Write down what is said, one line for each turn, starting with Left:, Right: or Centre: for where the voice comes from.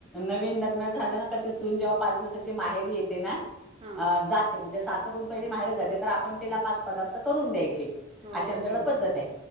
Centre: नवीन लग्न झालं ना का ते सून जेव्हा पाच दिवसशी माहेरी येत ते ना
Right: हा
Centre: अ जाते म्हणजे असे सासरून पहिले माहेर जाते तर आपण त्याला पाच पदार्थ करून द्यायचे.
Right: हो
Centre: अशी
Right: हो
Centre: आमच्याकड
Right: हो
Centre: पद्धत
Right: हो
Centre: आहे,